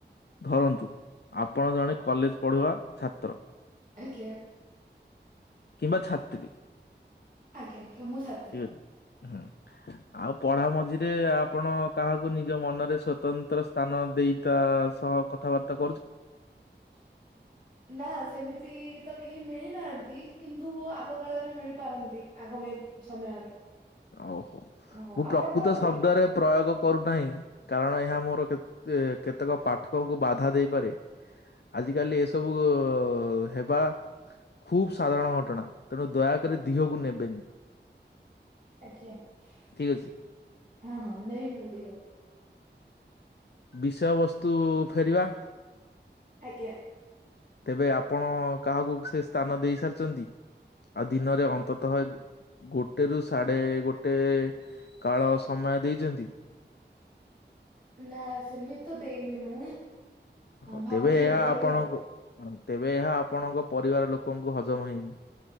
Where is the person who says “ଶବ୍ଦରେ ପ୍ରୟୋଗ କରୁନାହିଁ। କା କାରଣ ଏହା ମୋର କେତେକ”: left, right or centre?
Left